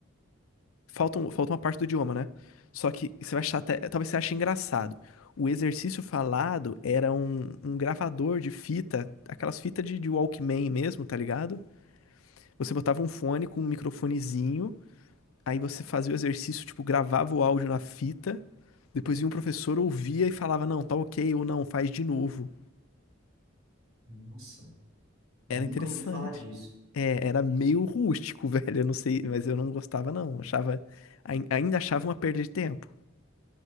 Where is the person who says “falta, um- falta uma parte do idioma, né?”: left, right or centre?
Left